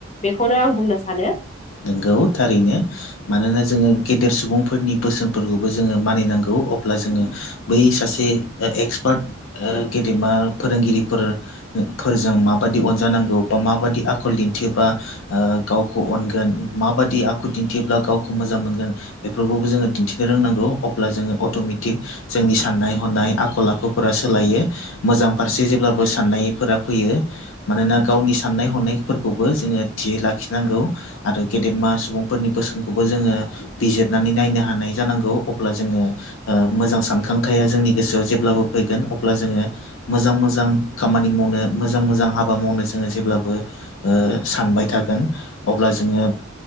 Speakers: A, on the left; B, on the left.
A: बेखौनो आं बुंनो सानो
B: नोंगौ थारैनो मानोना जोङो गेदेर सुबुंफोरनि बोसोनफोरखौबो जोङो मानिनांगौ अब्ला जोङो बै सासे ओ एक्सपार्ट ओ गेदेमा फोरोंगिरिफोर फोरजों माबादि अनजानांगौ बा माबादि आखल दिन्थियोबा ओ गावखौ अन गोन माबादि आखु दिन्थियोब्ला गावखौ मोजां मोनगोन बेफोरखौबो जोङो दिन्थिनो रोंनांगौ अब्ला जोङो अट'मिटिक जोंनि साननाय हनाय आखल आखुफोरा सोलायो मोजां फारसे जेब्लाबो साननायफोरा फैयो मानोना गावनि साननाय हनायफोरखौबो जोङो थियै लाखिनांगौ आरो गेदेरमा सुबुंफोरनि बोसोनखौबो जोङो बिजिरनानै नायनो हानाय जानांगौ अब्ला जोङो ओ मोजां सानखांथाया जोंनि गोसोआव जेब्लाबो फैगोन अब्ला जोङो मोजां मोजां खामानि मावनो मोजां मोजां हाबा मावनो जोङो जेब्लाबो ओ सानबाय थागोन अब्ला जोङो